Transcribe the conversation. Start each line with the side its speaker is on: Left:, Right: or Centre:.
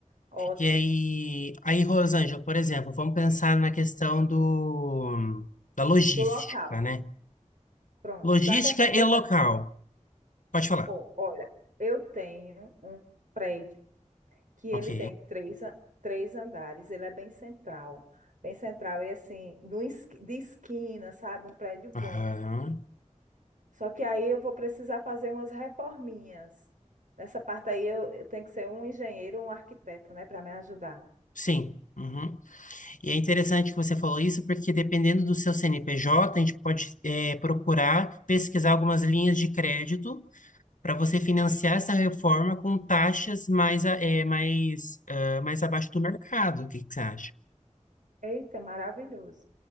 Right: Ótimo.
Left: E aí, aí, Rosângela, por exemplo, vamos pensar na questão do, da logística,
Right: Do local.
Left: né?
Right: Pronto.
Left: Logística
Right: Da questão, deixa,
Left: e local. Pode falar.
Right: ó, olha, eu tenho um prédio que ele
Left: Ok.
Right: tem três, a- três andares, ele é bem central, bem central, e assim, no esqui- de esquina, sabe, um prédio bom.
Left: Aham,
Right: Só que aí eu vou precisar fazer umas reforminhas. Nessa parte aí eu, eu tenho que ser um engenheiro ou um arquiteto, né, para me ajudar.
Left: sim. Uhum. E é interessante que você falou isso, porque dependendo do seu CNPJ, a gente pode eh, procurar pesquisar algumas linhas de crédito para você financiar essa reforma com taxas mais, a- eh, mais, ah, mais abaixo do mercado. O que que você acha?
Right: Eita, maravilhoso.